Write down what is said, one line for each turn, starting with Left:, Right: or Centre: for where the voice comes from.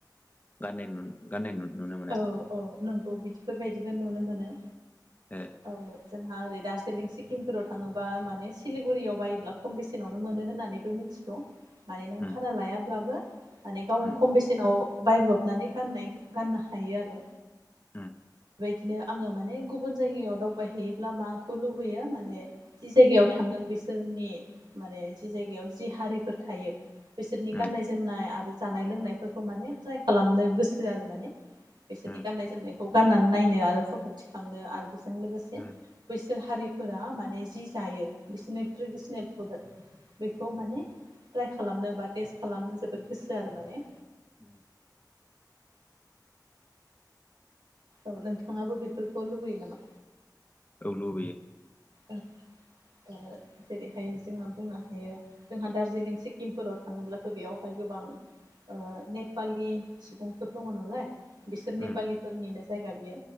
Left: गाननाय गाननाय नुनो मोनो
Right: औ औ नोंगौ बिफोरबायदिबो नुनो मोनो
Left: ओ
Right: औ जोंहा ओरै दार्जिलिं सिक्किमफोराव थाङोबा माने सिलिगुरियाव बायोब्ला खम बेसेनावनो मोनो होन्नानैबो मिथि मिथिगौ' माने नों
Left: उम
Right: भारा लायाब्लाबो माने गावनो
Left: उम
Right: खम बेसेनाव बायब्रबनानै गाननाय गाननो हायो आरो
Left: उम
Right: बेबायदिनो आङो माने गुबुन जायगायाव दावबायहैयोब्ला माखौ लुबैयो माने जि जायगायाव थांदों बिसोरनि माने जि जायगायाव जि हारिफोर थायो बिसोरनि गाननाय
Left: उम
Right: जोमनाय आरो जानाय लोंनायफोरखौ माने ट्राइ खालामनो गोसो आरो माने बिसोरनि
Left: उम
Right: गाननाय जोमनायखौ गाननानै नायनो आरो फट' थिखांनो आरो बेजों लोगोसे
Left: उम
Right: बैसोर हारिफोरा माने जि जायो बिसोरनि ट्रेडिसनेल फुड बेखौ माने ट्राइ खालामनो बा टेस्ट खालामनो जोबोद गोसो आरो माने
Left: उम
Right: औ नोंथाङाबो बेफोरखौ लुबैयो नामा
Left: औ लुबैयो
Right: उम ओ
Left: उम
Right: जेरैहाय जोंङो बुंनो हायो जोंहा दार्जिलिं सिक्किमफोराव थाङोब्लाथ बेयावहाय गोबां ओ नेपालि सुबुंफोर दङ नालाय बिसोर नेपालिफोरनिनो
Left: उम
Right: जायगा बियो